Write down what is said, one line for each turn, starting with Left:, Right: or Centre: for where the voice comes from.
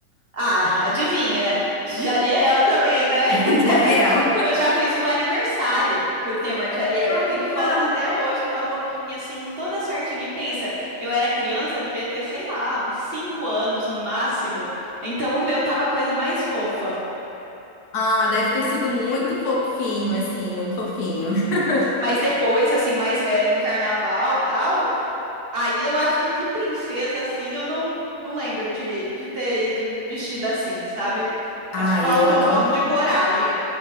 Right: Ah, adivinha? De Ariel também, né? <laughs>
Left: <laughs> De Ariel?
Right: Eu já fiz um aniversário com o tema de Ariel.
Left: Caramba!
Right: Eu tenho foto até hoje com a roupinha assim, toda certinha. E pensa, eu era criança, devia ter, sei lá, uns cinco anos no máximo. Então eu tava a coisa mais fofa.
Left: Ah, deve ter sido muito fofinho, assim, muito fofinho. <laughs>
Right: Mas depois, assim, mais velha em carnaval, tal, aí eu acho que de princesa assim, eu não não lembro de de ter ido vestida assim, sabe?
Left: Ai,
Right: Acho que faltou
Left: eu adoro
Right: um pouco
Left: me.
Right: de coragem.